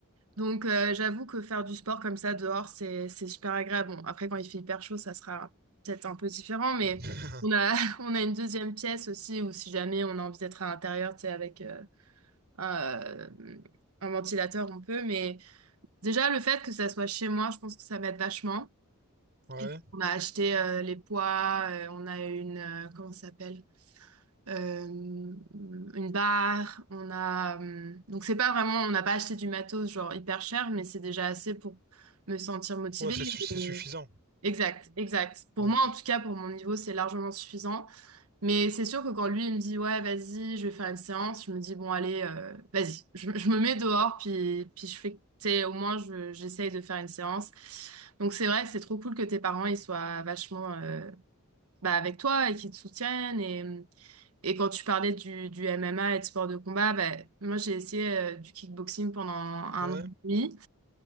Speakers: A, on the right; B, on the right.
A: Donc, euh, j'avoue que faire du sport comme ça dehors, c'est c'est super agréable. Bon, après, quand il fait hyper chaud, ça sera peut-être un peu différent, mais
B: <laughs>
A: on a, <laughs> on a une deuxième pièce aussi où si jamais on a envie d'être à l'intérieur, tu sais, avec euh, un, euh, un ventilateur, on peut. Mais déjà, le fait que ça soit chez moi, je pense que ça m'aide vachement.
B: Ouais.
A: Et on a acheté euh, les poids, euh, on a une, euh, comment ça s'appelle? euh, une barre, on a euh, donc c'est pas vraiment, on n'a pas acheté du matos genre hyper cher, mais c'est déjà assez pour me sentir motivée.
B: Ouais, c'est, su- c'est
A: Euh,
B: suffisant.
A: Exact, exact. Pour
B: Ouais.
A: moi, en tout cas, pour mon niveau, c'est largement suffisant. Mais c'est sûr que quand lui, il me dit, ouais, vas-y, je vais faire une séance, je me dis, bon, allez, euh, vas-y, je, je me mets dehors, puis, puis je fais, tu sais, au moins, je- j'essaye de faire une séance. Donc c'est vrai que c'est trop cool que tes parents, ils soient vachement euh, bah, avec toi et qu'ils te soutiennent. et hum, et quand tu parlais du, du MMA et de sport de combat, ben, moi j'ai essayé euh, du kickboxing pendant un
B: Ouais.
A: an et demi.